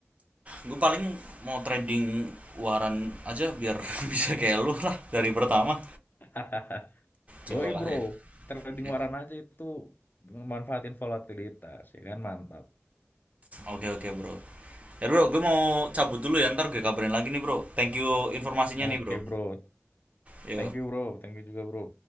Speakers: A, on the right; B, on the left.
A: gue paling mau trading waran aja biar <laughs> bisa kayak lu lah dari pertama.
B: <laughs>
A: Cobalah
B: Yoi bro
A: ya.
B: trading
A: Iya.
B: waran aja itu memanfaatin volatilitas ya kan mantap
A: Oke, oke bro. Ya bro, gue mau cabut dulu ya, ntar gue kabarin lagi nih bro. Thank you informasinya
B: oke
A: nih bro.
B: bro
A: Yo.
B: thank you bro thank you juga bro